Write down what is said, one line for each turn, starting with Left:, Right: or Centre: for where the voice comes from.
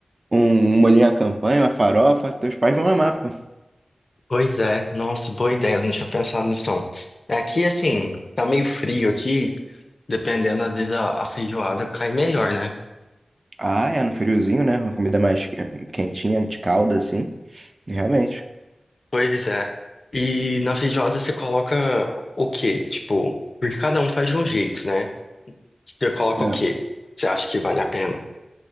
Right: um molhinho à campanha, uma farofa. Teus pais vão amar, pô.
Left: Pois é, nossa, boa ideia, eu não tinha pensado nisso não. Aqui, assim, tá meio frio aqui, dependendo, às vezes a, a feijoada cai melhor, né?
Right: Ah, é, no friozinho, né? Uma comida mais eh, quentinha, de calda, assim. Realmente,
Left: Pois é. E na feijoada você coloca o quê? Tipo, porque cada um faz de um jeito, né? Você coloca
Right: né?
Left: o quê? Você acha que vale a pena?